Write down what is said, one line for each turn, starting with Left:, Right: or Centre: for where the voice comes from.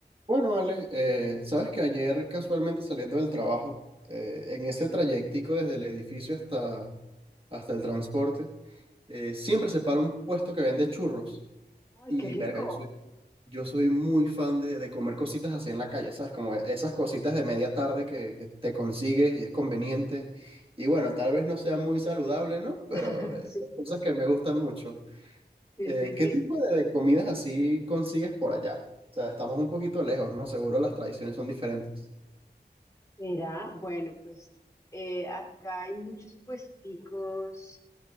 Right: Bueno, Ale, eh, sabes que ayer casualmente saliendo del trabajo, eh, en ese trayectico desde el edificio hasta, hasta el transporte, eh, siempre se para un puesto que vende churros.
Left: Ay,
Right: Y
Left: qué rico.
Right: verga, yo soy, yo soy muy fan de, de comer cositas así en la calle, ¿sabes? Como esas cositas de media tarde que, que te consigues y es conveniente. Y bueno, tal vez no sea muy saludable, ¿no? Pero
Left: <laughs>
Right: eh,
Left: Sí,
Right: son cosas que me gustan mucho.
Left: sí,
Right: Eh,
Left: sí,
Right: ¿qué
Left: sí.
Right: tipo de, de comidas así consigues por allá? O sea, estamos un poquito lejos, ¿no? Seguro las tradiciones son diferentes.
Left: Mira, bueno, pues eh, acá hay muchos puesticos